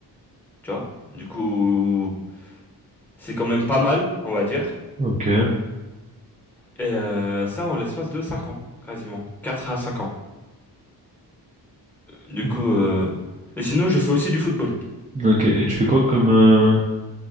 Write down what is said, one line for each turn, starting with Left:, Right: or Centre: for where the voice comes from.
Centre: tu vois, du coup, c'est quand même pas mal, on va dire,
Right: ouais. ok.
Centre: et euh, ça en l'espace de 5 ans, quasiment, 4 à 5 ans. Du
Right: Hmm.
Centre: coup, euh, et sinon, je fais aussi du football.
Right: Ok, et tu fais quoi comme... euh,